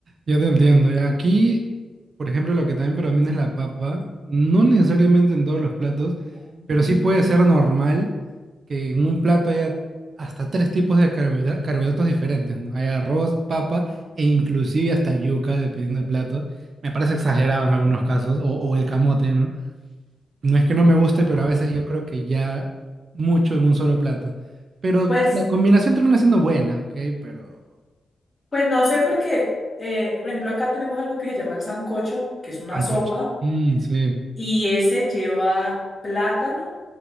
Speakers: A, on the right; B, on the left.
A: Yo te entiendo. ya. Aquí, por ejemplo, lo que también predomina es la papa. No necesariamente en todos los platos,
B: Mm,
A: pero sí puede ser normal que en un plato haya hasta tres tipos de carbohidra- carbohidratos diferentes, ¿no? Hay arroz, papa e inclusive hasta yuca, dependiendo del plato. Me parece exagerado en algunos casos, o, o el camote, ¿no? No es que no me guste,
B: Ya.
A: pero a veces yo creo que ya mucho en un solo plato. Pero
B: Pues
A: la combinación termina siendo buena, ¿ok? Pero...
B: Pues no sé por qué. eh, por ejemplo, acá tenemos algo que se llama el sancocho, que es una
A: Sancocho.
B: sopa,
A: Mm, sí.
B: y ese lleva plátano,